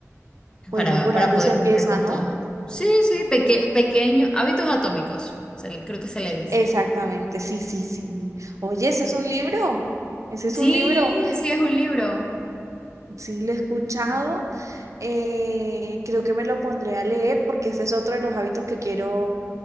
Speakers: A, on the right; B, on the left.
A: Bueno,
B: para,
A: por
B: para
A: algo
B: poder
A: se empieza,
B: cumplir con
A: ¿no?
B: todo. Sí, sí, peque, pequeño, hábitos atómicos, se le- creo que se le dicen.
A: Exactamente, sí, sí, sí. Oye, ese es un libro. Ese es
B: Sí,
A: un libro.
B: sí, es un libro.
A: Sí, lo he escuchado
B: Mm.
A: eh, creo que me lo pondré a leer porque ese es otro de los hábitos que quiero